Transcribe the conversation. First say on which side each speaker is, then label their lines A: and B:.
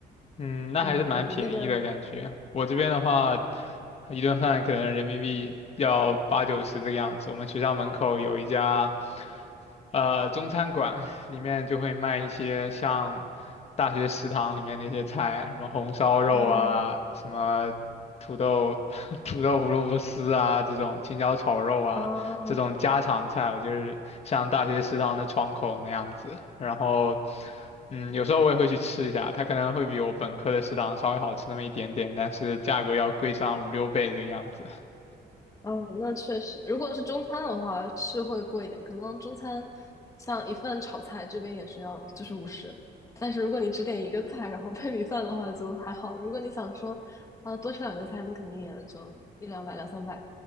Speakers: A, on the left; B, on the left.
A: 嗯，那还是蛮便宜的感觉。
B: 嗯，你那边嘞？
A: 我这边的话，一顿饭可能人民币要八九十这个样子。我们学校门口有一家呃中餐馆，里面就会卖一些像大学食堂里面那些菜，什么红烧肉啊，
B: 啊
A: 什么土豆 <laughs> 土豆胡萝卜丝啊，这种青椒炒肉啊，
B: 啊，
A: 这种家常菜，我就是像大学食堂的窗口那样子。然后。嗯，有时候我也会去吃一下，它可能会比我本科的食堂稍微好吃那么一点点，但是价格要贵上五六倍这个样子。<laughs>
B: 嗯，那确实，如果是中餐的话是会贵一点，可能中餐像一份炒菜这边也是要就是五十，但是如果你只点一个菜，然后配米饭的话就还好。如果你想说啊、多吃两个菜，那肯定也就一两百两三百，